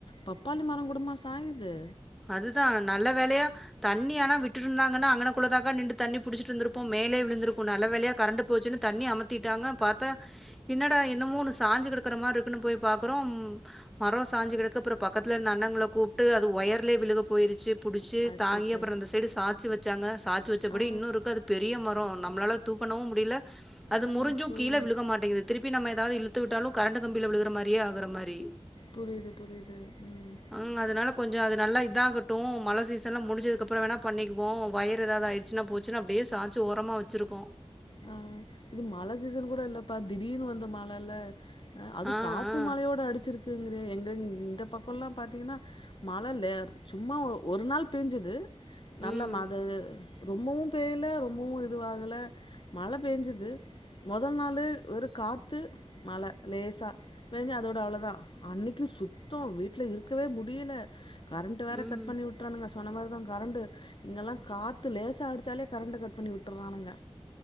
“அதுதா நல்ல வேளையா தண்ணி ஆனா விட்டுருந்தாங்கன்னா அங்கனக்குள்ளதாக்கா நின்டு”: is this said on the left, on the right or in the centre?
Centre